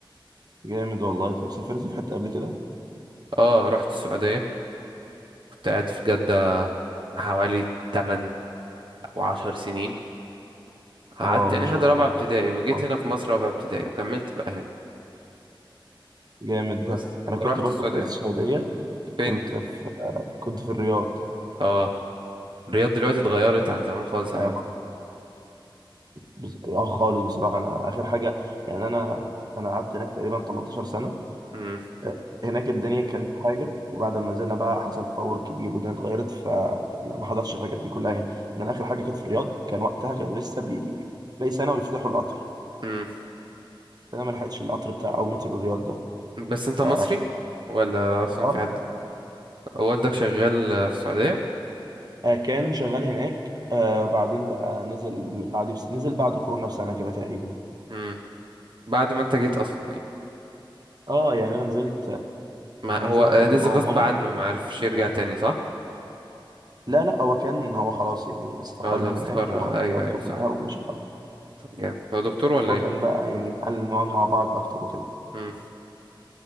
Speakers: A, on the right; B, on the right.
A: جامد والله طب سافرت في حته قبل كده
B: اه رحت السعوديه كنت قاعد في جده حوالي 8 او 10 سنين قعدت
A: واو
B: يعني
A: ما
B: لحد
A: شاء
B: رابعه
A: الله
B: ابتدائي وجيت
A: آه.
B: هنا في مصر رابعه ابتدائي وكملت بقى هنا
A: جامد ده
B: بس انت
A: انا كنت
B: رحت
A: برضو
B: السعوديه
A: في السعوديه
B: فين
A: كنت في كنت في الرياض
B: اه الرياض دلوقتي اتغيرت عن زمان خالص
A: اه
B: عامة
A: بس- آه خالص بصراحه انا اخر حاجه يعني انا انا قعدت هناك تقريبا 18 سنه
B: مم.
A: آه، هناك الدنيا كانت حاجه وبعد ما نزلنا بقى حصل تطور كبير والدنيا اتغيرت فلا ما حضرتش الحاجات دي كلها يعني ان انا اخر حاجه كانت في الرياض كان وقتها كانوا لسه بي باقي سنه ويفتحوا القطر
B: مم.
A: فانا ما لحقتش القطر بتاع او مترو الرياض ده
B: بس انت مصري
A: ف
B: ولا اصلا
A: اه
B: في حد والدك شغال آه، في السعودية
A: آه، كان شغال هناك آه بعدين بقى نزل بعد نزل بعد كورونا بسنه كده تقريبا
B: مم. بعد ما انت جيت اصلا يعني
A: اه يعني انا نزلت
B: ما
A: انا
B: هو
A: نزلت
B: آه،
A: قبل
B: نزل
A: بابا
B: غصب
A: وماما
B: عنه ما عرفش يرجع تاني صح
A: لا لا هو كان هو خلاص يعني استقال
B: اه لو
A: من
B: استقر
A: هناك وخلص
B: آه، ايوه
A: حاجته
B: ايوه صح
A: كلها ومشي خلاص
B: طب جامد هو دكتور ولا
A: بس هو
B: ايه
A: كان بقى يعني قال نقعد مع بعض اكتر وكده
B: مم.